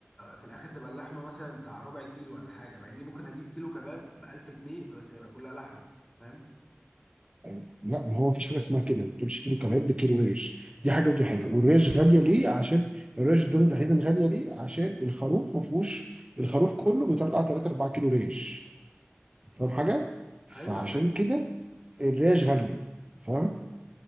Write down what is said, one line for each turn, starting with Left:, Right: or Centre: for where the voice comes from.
Left: في الاخر تبقى اللحمه مثلا بتاع ربع كيلو ولا حاجه مع اني ممكن اجيب كيلو كباب ب 1000 جنيه بس هيبقى كلها لحمه فاهم
Right: يعني لا ما هو مفيش حاجه اسمها كده ما تقولش كيلو كباب ده كيلو ريش دي حاجه ودي حاجه والريش غاليه ليه عشان الريش الضاني تحديدا غاليه ليه عشان الخروف ما فيهوش الخروف كله بيطلع 3 4 كيلو ريش فاهم حاجه فعشان
Left: ايوه فاهم
Right: كده الريش غاليه فاهم